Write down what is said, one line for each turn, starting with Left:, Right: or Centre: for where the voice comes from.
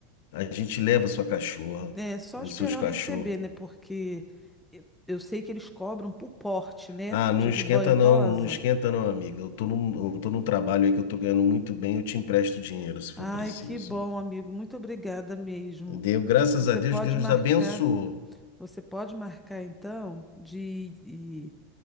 Left: A gente leva sua cachorra
Centre: É só
Left: e
Centre: esperar
Left: os seus cachorros.
Centre: eu receber, né? Porque eu eu sei que eles cobram por porte, né?
Left: Ah, não
Centre: Tipo
Left: esquenta
Centre: bentosa.
Left: não, não esquenta não, amiga. Eu tô num, eu tô num trabalho aí que eu tô ganhando muito bem, eu te empresto dinheiro se for
Centre: Ai,
Left: preciso.
Centre: que bom, amigo. Muito obrigada mesmo.
Left: Deu, graças
Centre: Você
Left: a Deus,
Centre: pode
Left: Deus
Centre: marcar.
Left: abençoou.
Centre: Você pode marcar então de, de